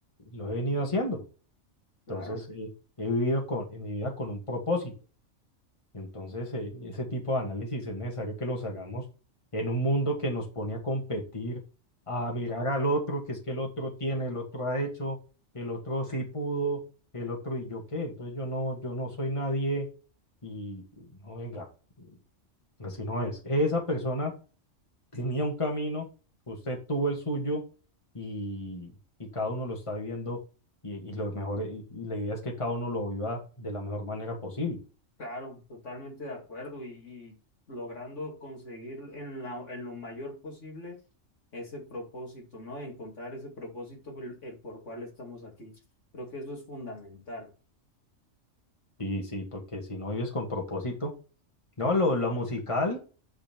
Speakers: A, on the left; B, on the left.
A: lo he venido haciendo.
B: claro.
A: Entonces, eh, he vivido con, en mi vida con un propósito Entonces, eh, ese tipo de análisis es necesario que los hagamos en un mundo que nos pone a competir, a mirar al otro, que es que el otro tiene, el otro ha hecho, el otro sí pudo, el otro y yo qué. Entonces yo no, yo no soy nadie y no venga, así no es. Esa persona tenía un camino, usted tuvo el suyo y, y cada uno lo está viviendo y, y lo mejor, y y la idea es que cada uno lo viva de la mejor manera posible.
B: Claro, totalmente de acuerdo y, y logrando conseguir en la, en lo mayor posible ese propósito, ¿no? Encontrar ese propósito por el, el por cual estamos aquí. Creo que eso es fundamental.
A: Sí, sí, porque si no vives con propósito. No, lo, lo musical,